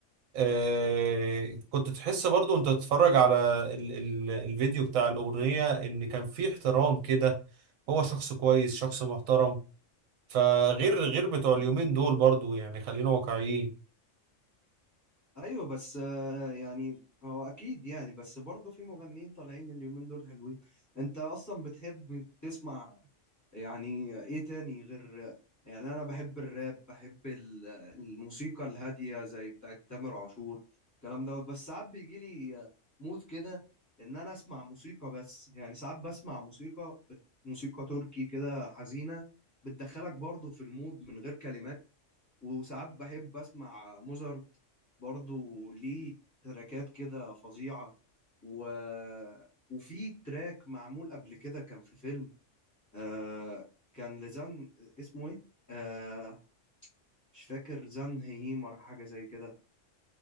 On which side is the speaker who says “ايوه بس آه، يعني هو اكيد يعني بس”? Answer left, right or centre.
Left